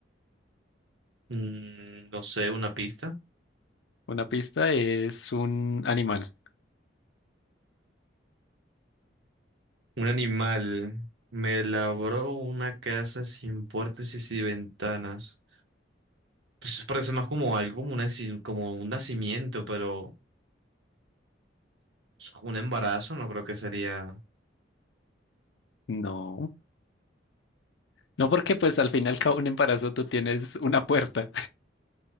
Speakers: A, on the right; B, on the left.
A: Mm, no sé, una pista.
B: Una pista es un animal.
A: Un animal me labró una casa sin puertas y sin ventanas. Pues eso parece más como algo, como, una, ci- como un nacimiento, pero Un embarazo no creo que sería
B: No. No porque pues al fin y al cabo un embarazo tú tienes una puerta.